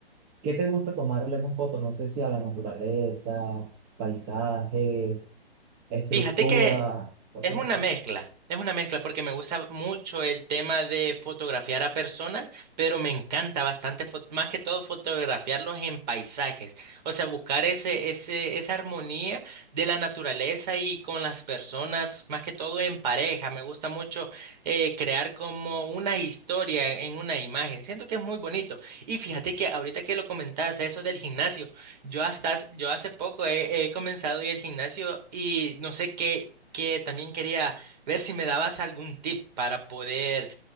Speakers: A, on the right; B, on the right.
A: ¿Qué te gusta tomarle más fotos? No sé si a la naturaleza, paisajes, estructura,
B: Fíjate que
A: cosas
B: es una
A: así.
B: mezcla, es una mezcla porque me gusta mucho el tema de fotografiar a personas, pero me encanta bastante, fo- más que todo fotografiarlos en paisajes, o sea, buscar ese, ese, esa armonía de la naturaleza y con las personas, más que todo en pareja. Me gusta mucho eh, crear como una historia en una imagen. Siento que es muy bonito. Y fíjate que ahorita que lo comentaste, eso del gimnasio. Yo hasta, hace- yo hace poco he, he comenzado a ir al gimnasio y no sé qué, qué también quería ver si me dabas algún tip para poder,